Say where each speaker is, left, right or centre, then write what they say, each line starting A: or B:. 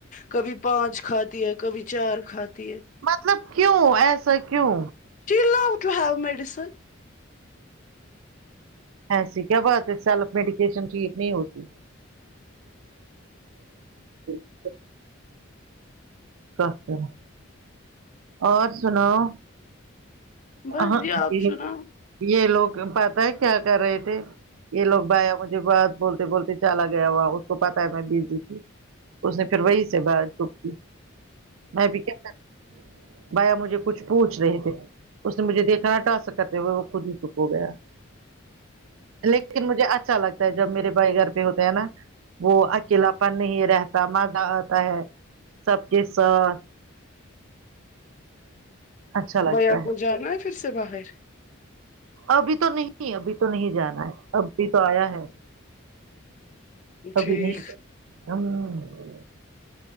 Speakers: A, on the left (about 35°); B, on the right (about 80°).
A: کبھی پانچ کھاتی ہے کبھی چار کھاتی ہے
B: مطلب کیوں ایسا کیوں
A: شی لو ٹو ہو میڈسن
B: ایسی کیا بات ہے سیلف میڈیکیشن ٹھیک نہیں ہوتی پ <inaudible> س <unintelligible> اور سناؤ
A: بس
B: اہں
A: آپ
B: جی
A: سناؤ
B: یہ لوگ پتا ہے کیا کر رہے تھے یہ لوگ بایا مجھے بہت بول تے بولتے چالا گیا ہوا اس کو پتا تھا میں بیجی تھی اس نے پھر وہی سے بات کی تھی میں بھی کیا کر بایا مجھے کچھ پوچھ رہے تھے اس نے مجھے دیکھا ٹاسک کرتے ہوئے وہ خود ہی دک ہو گیا لیکن مجھے اچھا لگتا ہے جب میرے بھائی گھر پہ ہوتے ہیں نا وہ اکیلا نہیں رہتا مزہ آتا ہے سب کے ساتھ اچھا لگتا
A: بھیا کو جانا ہے پھر سے باہر
B: ابھی تو نہیں ابھی تو نہیں جانا ہے ابھی تو آیا ہے ابھی
A: ٹھیک
B: نہیں جانا ہ